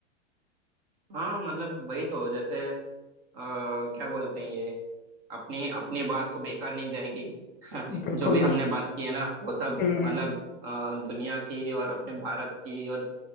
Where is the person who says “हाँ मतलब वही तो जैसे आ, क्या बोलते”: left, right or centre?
Right